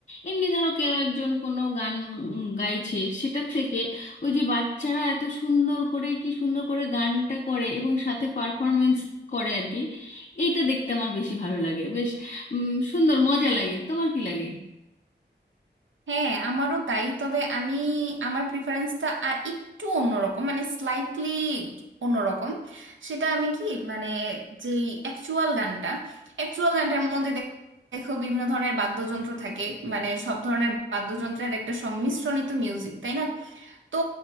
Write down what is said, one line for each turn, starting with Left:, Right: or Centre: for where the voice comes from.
Left: এমনি ধরো কেউ একজন কোনো গান উম, গাইছে সেটার থেকে ওই যে বাচ্চারা এত সুন্দর করে কি সুন্দর করে গানটা করে এবং সাথে পারফরমেন্স করে আর কি এইটা দেখতে আমার বেশি ভালো লাগে বেশ উম, সুন্দর মজা লাগে তোমার কি লাগে
Right: হ্যাঁ আমারও তাই তবে আমি আমার প্রিফারেন্সটা আর একটু অন্যরকম মানে স্লাইটলি অন্যরকম সেটা আমি কি মানে যেই অ্যাকচুয়াল গানটা অ্যাকচুয়াল গানটার মধ্যে দে- দেখো বিভিন্ন ধরনের বাদ্যযন্ত্র থাকে মানে সব ধরনের বাদ্যযন্ত্রের একটা সংমিশ্রণিত মিউজিক তাই না তো